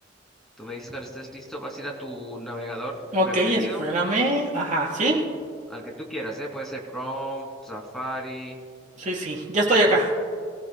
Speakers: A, in the centre; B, on the right (about 40°).
A: Tú me dices cuando estés listo, vas a ir a tu navegador
B: Ok,
A: preferido,
B: espérame. Ajá, sí,
A: al que tú quieras, ¿eh? Puede ser Chrome, Safari.
B: sí, sí, ya estoy
A: Ajá.
B: acá.